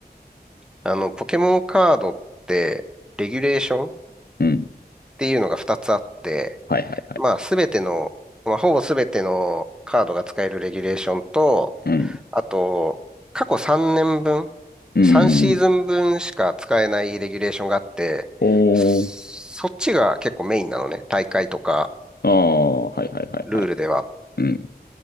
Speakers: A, in the centre; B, on the left (about 65°).
A: あの、ポケモンカードって、レギュレーションっ
B: う。うん。
A: ていうのが2つあって、
B: はいはいはい。
A: まあすべての、まあほぼすべてのカードが使えるレギュレーションと、
B: うん。
A: あと、過去3年分、
B: うん。
A: 3シーズン分しか使えないレギュレーションがあって、
B: うんおー。
A: そそっちが結構メインなのね。大会とか
B: ああ、はいはいはいはい。
A: ルールでは。っ
B: うん。